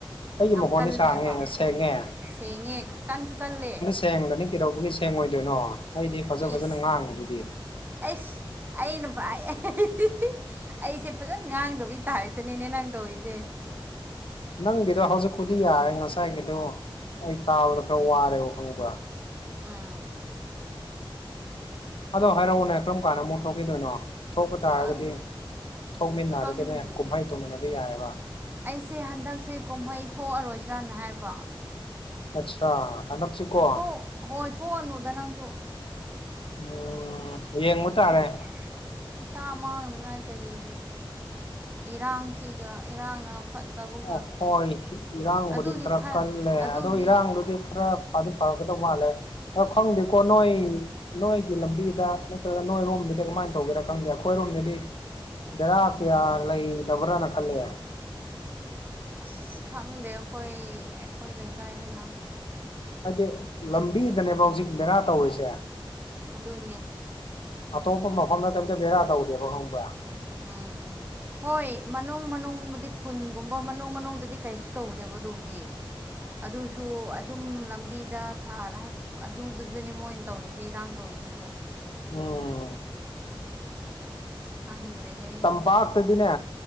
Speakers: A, on the left; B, on the right.
A: ꯑꯩꯒꯤ
B: ꯌꯥꯝ
A: ꯃꯈꯣꯟꯗꯤ
B: ꯀꯜꯂꯦꯕ
A: ꯁꯥꯡꯉꯦ ꯁꯦꯡꯉꯦ
B: ꯁꯦꯡꯉꯦ ꯀꯟꯁꯨ ꯀꯜꯂꯦ
A: ꯁꯦꯡꯗꯅꯤ ꯀꯩꯗꯧꯕꯒꯤ ꯁꯦꯡꯉꯣꯏꯗꯣꯏꯅꯣ ꯑꯩꯗꯤ ꯐꯖ ꯐꯖꯅ
B: ꯏꯁ
A: ꯉꯥꯡꯉꯤꯗꯨꯗꯤ
B: ꯑꯩꯁ ꯑꯩꯅ ꯚꯥꯏ ꯏꯍ ꯑꯩꯁꯦ ꯐꯖꯅ ꯉꯥꯡꯗꯕꯩ ꯇꯥꯏꯞꯇꯅꯤꯅꯦ ꯅꯪ ꯇꯧꯔꯤꯖꯦ
A: ꯅꯪꯒꯤꯗꯣ ꯍꯧꯖꯤꯛꯄꯨꯗꯤ ꯌꯥꯔꯦ ꯉꯁꯥꯏꯒꯤꯗꯣ ꯑꯩ ꯇꯥꯕꯗ ꯈꯔ ꯋꯥꯔꯦꯕ ꯈꯪꯕꯔ
B: ꯎꯝ
A: ꯑꯗꯣ ꯍꯥꯏꯔꯛꯎꯅꯦ ꯀꯔꯝ ꯀꯥꯟꯗ ꯑꯃꯨꯛ ꯊꯣꯛꯈꯤꯗꯣꯏꯅꯣ ꯊꯣꯛꯄ ꯇꯥꯔꯒꯗꯤ
B: ꯈꯪ
A: ꯊꯣꯛꯃꯤꯟꯅꯔꯒꯅꯦ
B: ꯈꯪꯗꯦ
A: ꯀꯨꯝꯍꯩ ꯇꯧꯃꯤꯟꯅꯕ ꯌꯥꯏꯑꯕ
B: ꯑꯩꯁꯦ ꯍꯟꯗꯛꯁꯦ ꯀꯨꯝꯍꯩ ꯊꯣꯛꯑꯔꯣꯏꯁꯤ꯭ꯔꯅ ꯍꯥꯏꯕ
A: ꯑꯠꯆꯥ ꯍꯟꯗꯛꯁꯤꯀꯣ
B: ꯊꯣꯛ ꯍꯣꯏ ꯊꯣꯛꯑꯅꯨꯗ ꯅꯪꯁꯨ
A: ꯎꯝ ꯌꯦꯡꯕ
B: ꯑꯦꯁ
A: ꯇꯥꯔꯦ
B: ꯌꯦꯛ ꯇꯔꯦ ꯄꯩꯁꯥ ꯃꯥꯡꯅꯉꯥꯏ ꯀꯔꯤꯕꯨ ꯏꯔꯥꯡꯁꯤꯒ ꯏꯔꯥꯡꯅ ꯐꯠꯇꯕꯒ
A: ꯑꯣꯍꯣꯏ ꯏꯔꯥꯡꯕꯨꯗꯤ
B: ꯑꯗꯨꯒꯤ
A: ꯈꯔ ꯀꯜꯂꯦ
B: ꯑꯗꯨꯒꯤ
A: ꯑꯗꯣ ꯏꯔꯥꯡꯗꯨꯗꯤ ꯈꯔ ꯐꯗꯤ ꯐꯔꯛꯀꯗꯧ ꯃꯥꯜꯂꯦ ꯑꯗꯣ ꯈꯪꯗꯦꯀꯣ ꯅꯣꯏ ꯅꯣꯏ ꯒꯤ ꯂꯝꯕꯤꯗ ꯅꯠꯇ꯭ꯔꯒ ꯅꯣꯏꯔꯣꯝꯗꯗꯤ ꯀꯃꯥꯏꯅ ꯇꯧꯒꯦꯔꯥ ꯈꯪꯗꯦ ꯑꯩꯈꯣꯏꯔꯣꯝꯗꯗꯤ ꯕꯦꯔꯥ ꯀꯌꯥ ꯂꯩꯇꯕ꯭ꯔꯥꯅ ꯈꯜꯂꯦ
B: ꯑꯁ ꯈꯪꯗꯦ ꯑꯩꯈꯣꯏ ꯑꯩꯈꯣꯏ ꯂꯩꯀꯥꯏꯗꯅ
A: ꯍꯥꯏꯗꯤ ꯂꯝꯕꯤꯗꯅꯦꯕ ꯍꯧꯖꯤꯛ ꯕꯦꯔꯥ ꯇꯧꯔꯤꯁꯦ
B: ꯑꯗꯨꯅꯤ
A: ꯑꯇꯣꯞꯄ ꯃꯐꯝꯗ ꯀꯩꯇ ꯕꯦꯔꯥ ꯇꯧꯗꯦꯕ ꯈꯪꯕ꯭ꯔꯥ
B: ꯎꯝ ꯍꯣꯏ ꯃꯅꯨꯡ ꯃꯅꯨꯡꯕꯨꯗꯤ ꯈꯨꯟꯒꯨꯝꯕ ꯃꯅꯨꯡ ꯃꯅꯨꯡꯗꯗꯤ ꯀꯩꯁꯨ ꯇꯧꯗꯦꯕ ꯑꯗꯨꯕꯨꯗꯤ ꯑꯗꯨꯁꯨ ꯑꯗꯨꯝ ꯂꯝꯕꯤꯗ ꯊꯥ <unintelligible> ꯑꯗꯨꯗꯨꯗꯅꯦ ꯃꯣꯏꯅ ꯇꯧꯔꯤꯁꯦ ꯏꯔꯥꯡ ꯇꯧꯔꯤꯗꯨꯁꯨ
A: ꯎꯝ
B: ꯑꯁ ꯍꯪꯗ꯭ꯔꯦꯍꯦ
A: ꯇꯝꯄꯥꯥꯛꯇꯗꯗꯤꯅꯦ